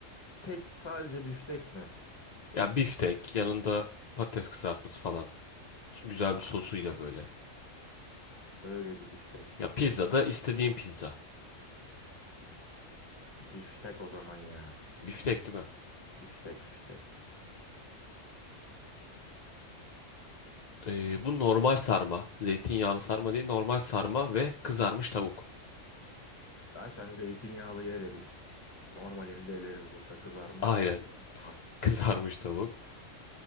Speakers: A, on the left; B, on the left.
A: tek sadece biftek mi?
B: Ya biftek yanında patates kızartması falan. Güzel bir
A: Aa,
B: sosuyla böyle.
A: öyle bir biftek
B: Ya pizza
A: diyorsun.
B: da istediğim pizza.
A: Biftek o zaman ya.
B: Biftek değil mi?
A: Biftek biftek.
B: Ee, bu normal sarma. Zeytinyağlı sarma değil normal sarma ve kızarmış tavuk.
A: Zaten zeytinyağlıyı eledik. Normalinde eleriz burada kızarmış
B: Aynen
A: tavukların devam.
B: <laughs> kızarmış tavuk.